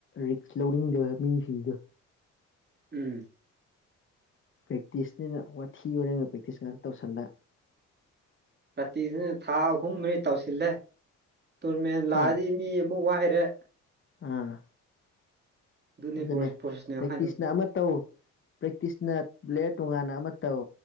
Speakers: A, on the left; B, on the right.
A: ꯔꯤꯛꯁ ꯂꯧꯅꯤꯡꯗꯕ ꯃꯤꯁꯤꯡꯗꫭ
B: ꯎꯝ꯫
A: ꯄ꯭ꯔꯦꯛꯇꯤꯁꯅꯤꯅ ꯋꯥꯊꯤ ꯋꯥꯔꯦꯝꯒꯤ ꯄ꯭ꯔꯦꯛꯇꯤꯁ ꯉꯥꯛꯇ ꯇꯧꯁꯜꯂꯦ
B: ꯄꯥꯇꯤꯁꯅ ꯊꯥ ꯑꯍꯨꯝ ꯃꯔꯤ ꯇꯧꯁꯤꯜꯂꯦ ꯇꯣꯔꯃꯦꯟ ꯂꯥꯛꯑꯗꯤ
A: ꯑꯥ
B: ꯃꯤ ꯑꯃꯨꯛ ꯋꯥꯏꯔꯦ
A: ꯑꯥ
B: ꯑꯗꯨꯅꯤ
A: ꯑꯗꯨꯅꯦ
B: ꯄ꯭ꯔꯣꯐꯦꯁꯅꯦꯜ
A: ꯄ꯭ꯔꯦꯛꯇꯤꯁꯅ
B: ꯍꯥꯏꯗꯣ
A: ꯑꯃ ꯇꯧ ꯄ꯭ꯔꯦꯛꯇꯤꯁꯅ ꯄ꯭ꯂꯦꯌꯔ ꯇꯣꯉꯥꯟꯅ ꯑꯃ ꯇꯧ